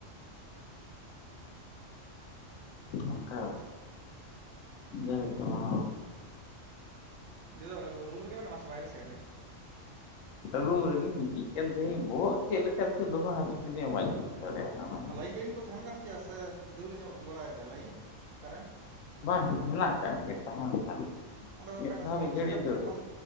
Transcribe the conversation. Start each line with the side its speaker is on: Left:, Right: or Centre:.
Left: ᱚᱱᱠᱟ ᱵᱮᱯᱟᱨ <unintelligible>
Right: ᱡᱮᱫᱟ ᱨᱩᱢ ᱨᱮ ᱜᱮ ᱢᱮᱱᱟᱢᱟ ᱥᱮ ᱵᱟᱭᱨᱮ ᱥᱮᱫ ᱨᱮ
Left: ᱨᱩᱢ ᱨᱮᱜᱮ ᱜᱤᱛᱤᱡ ᱠᱟᱱ ᱛᱟᱦᱮᱸᱧ ᱵᱚᱦᱚᱜ ᱪᱮᱫ ᱞᱮᱠᱟ ᱪᱚ ᱫᱚᱢᱮ ᱦᱟᱹᱥᱩ ᱠᱤᱫᱤᱧᱟ ᱵᱟᱹᱧ
Right: ᱦ
Left: ᱵᱩᱡᱽ ᱫᱟᱲᱮᱭᱟᱫᱟ ᱚᱱᱟ
Right: ᱚ ᱞᱟᱭᱤᱱ ᱴᱟᱭᱤᱱ ᱠᱚ ᱛᱟᱦᱮᱸᱱ ᱠᱟᱱ ᱜᱮᱭᱟ ᱥᱮ ᱫᱟᱹᱲ ᱧᱚᱜ ᱵᱟᱲᱟᱭᱮᱫᱟᱭ ᱞᱟᱭᱤᱱ ᱠᱟᱨᱮᱱᱴ?
Left: ᱵᱟᱝ ᱦᱮᱱᱟᱜ ᱟᱠᱟ ᱜᱮ᱾ ᱛᱟᱦᱮᱱ ᱠᱷᱟᱱ
Right: ᱚᱸᱰᱮ ᱫᱚ
Left: ᱢᱤᱫ
Right: ᱠᱷᱟᱱ ᱱᱟᱥᱮᱱᱟᱜ
Left: ᱫᱷᱟᱣ ᱢᱤᱫ ᱜᱷᱟᱹᱲᱤᱡ
Right: ᱰᱤᱥᱴᱟᱵ
Left: ᱫᱟᱹᱲ
Right: ᱮᱠᱷᱚᱱ
Left: ᱦᱮᱸ